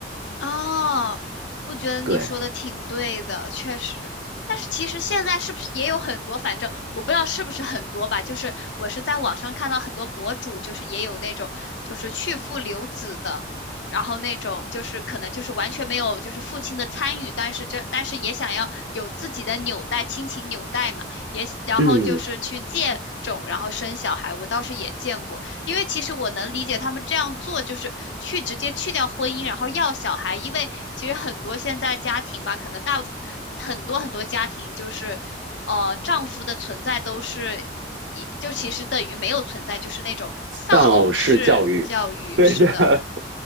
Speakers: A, on the left; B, on the right.
A: 哦，我觉得你说的挺对的，
B: 对，
A: 确实。但是其实现在是不是也有很多？反正我不知道是不是很多吧。就是我是在网上看到很多博主，就是也有那种就是去父留子的，然后那种就是可能就是完全没有就是父亲的参与，但是这但是也想要有自己的纽带，亲情纽带嘛，也然后就是去借种，
B: 嗯，
A: 然后生小孩，我倒是也见过。因为其实我能理解他们这样做，就是去直接去掉婚姻，然后要小孩。因为其实很多现在家庭吧，可能大部分很多很多家庭就是，呃，丈夫的存在都是一就其实等于没有存在，就是那种丧偶式教育是的。
B: 丧偶式教育，对的，